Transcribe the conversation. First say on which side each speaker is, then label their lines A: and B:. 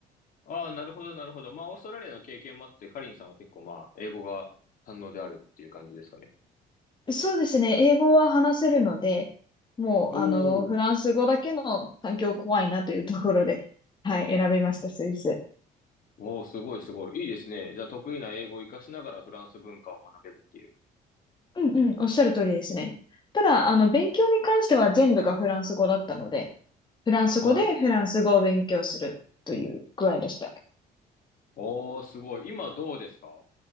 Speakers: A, on the left; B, on the left.
A: ああ、なるほど、なるほど。まあ、オーストラリアの経験もあって、カリンさんは結構まあ、英語が堪能であるっていう感じですかね。
B: そうですね。英語は話せるので、もう、
A: おお。
B: あの、フランス語だけの環境怖いなというところで、はい、選びました、スイス。
A: おお、すごい、すごい。いいですね。じゃあ、得意な英語を活かしながらフランス文化を学べるっていう。
B: うんうん、おっしゃる通りですね。ただ、あの、勉強に関しては全部がフランス語だったので、フランス語でフランス語を勉強するという具合でした。
A: はい。おお、すごい。今どうですか